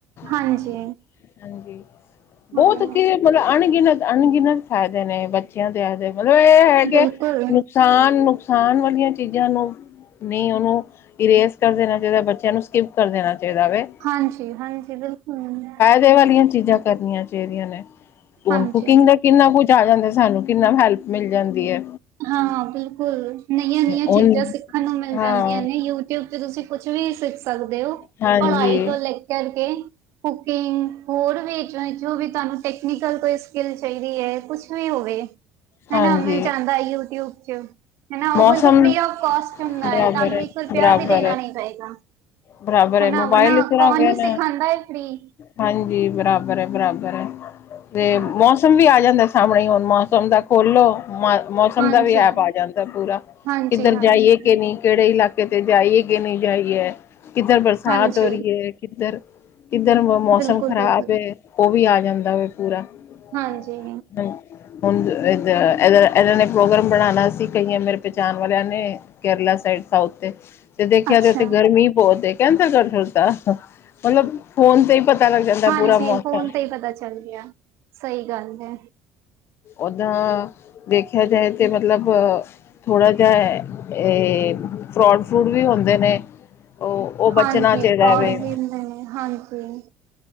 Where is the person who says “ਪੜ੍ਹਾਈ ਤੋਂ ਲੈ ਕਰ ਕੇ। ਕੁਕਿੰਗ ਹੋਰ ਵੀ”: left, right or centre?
Right